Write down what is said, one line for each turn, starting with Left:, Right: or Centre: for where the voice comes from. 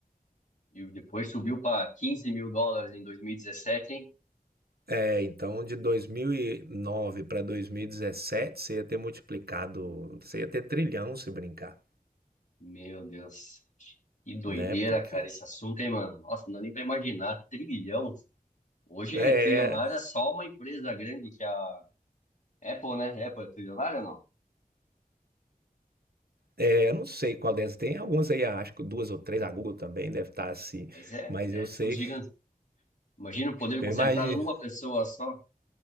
Left: E depois subiu para 15 mil dólares em 2017, hein?
Right: É, então de 2009 para 2017 você ia ter multiplicado, você ia ter trilhão se brincar,
Left: Meu Deus. Que doideira,
Right: né? Porque
Left: cara, esse assunto, hein, mano? Nossa, não dá nem pra imaginar. Trilhão. Hoje,
Right: é,
Left: trilionário
Right: é,
Left: é só uma empresa grande que é a Apple, né? Apple é trilionária ou não?
Right: é, eu não sei qual dessas tem, algumas aí acho que duas ou três, a Google também deve estar assim,
Left: Mas é,
Right: mas
Left: é,
Right: eu sei,
Left: são gigantes. Imagina o poder
Right: eu
Left: concentrado
Right: imagino,
Left: numa pessoa só.